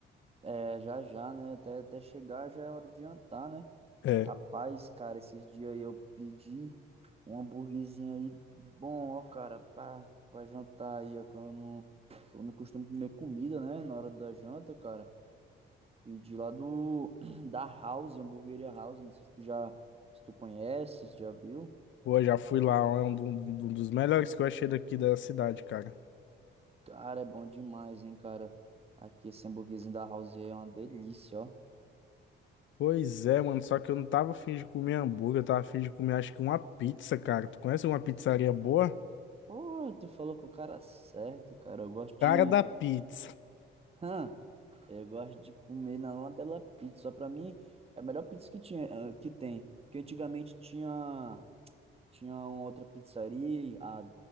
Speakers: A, on the right; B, on the left.
A: É, já já, né? Até, até chegar já é hora de jantar, né?
B: É.
A: Rapaz, cara, esses dias aí eu pedi um hambúrguerzinho aí bom, ó, cara, pra, pra jantar aí, ó, que eu não, eu não costumo comer comida, né? Na hora da janta, cara. Pedi lá do, <clears throat> da House, Hamburgueria House, não sei se tu já, se tu conhece, se já viu.
B: Pô, já fui lá, ó, é um do- do- dos melhores que eu achei daqui da cidade, cara.
A: Cara, é bom demais, hein, cara. Aqui esse hamburguesinho da House é uma delícia, ó.
B: Pois é, mano. Só que eu não tava afim de comer hambúrguer, eu tava afim de comer, acho que uma pizza, cara. Tu conhece uma pizzaria boa?
A: Pô, tu falou com o cara é certo, cara. Eu gosto
B: Cara
A: de.
B: da pizza.
A: Hã? eu gosto de comer na La Bella Pizza. Pra mim, é a melhor pizza que tinha, ah, que tem. Porque antigamente tinha, tinha uma outra pizzaria. A,